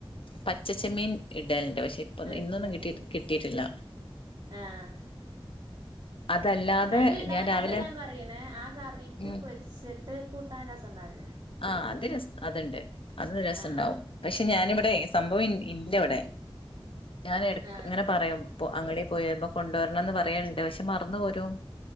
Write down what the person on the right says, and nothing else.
എടുത്ത്
കട്ടപ്പ
ആഹ്
അയില് ഇടാനല്ലല്ലോ
ഞാൻ പറയണ് ആ കറിക്ക്
പൊരിച്ചിട്ട് കൂട്ടാൻ രസണ്ടാവില്ലേ
ആഹ്
ആഹ്
ആഹ്